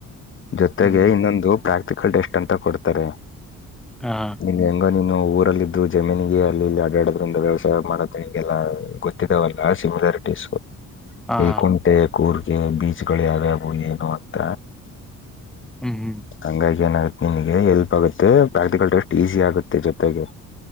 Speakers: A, on the left; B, in the centre.
A: ಜೊತೆಗೆ
B: ಹ್ಮ್ ಹ್ಮ್
A: ಇನ್ನೊಂದು ಪ್ರಾಕ್ಟಿಕಲ್ ಟೆಸ್ಟ ಅಂತ ಕೊಡ್ತಾರೆ.
B: ಹಾ..
A: ನಿನಗೆ ಹೆಂಗ ನೀನು ಊರಲ್ಲಿದ್ದು ಜಮೀನಿಗೆ ಅಲ್ಲಿ ಇಲ್ಲಿ ಆಡ್ಯಡದ್ರಿಂದ ವ್ಯವಸಾಯ ಮಾಡೋದು ನಿಂಗೆಲ್ಲ ಗೊ ವಲ್ಲ ಸಿಮಿಲಾರಿಟಿಸ್...
B: ಹಾ
A: ಈ
B: ಹಾ.
A: ಕುಂಟೆ ಕೂರ್ಗೆ ಬೀಜಗಳು ಯಾವ್ಯಾವು ಏನು ಅಂತ,
B: ಹ್ಮ್ ಹ್ಮ್
A: ಹಂಗಾಗಿ ಏನ... ನಿಮಗೆ ಹೆಲ್ಪ ಆಗುತ್ತೆ ಪ್ರಾಕ್ಟಿಕಲ್ ಟೆಸ್ಟ ಈಜಿ ಆಗುತ್ತೆ ಜೊತೆಗೆ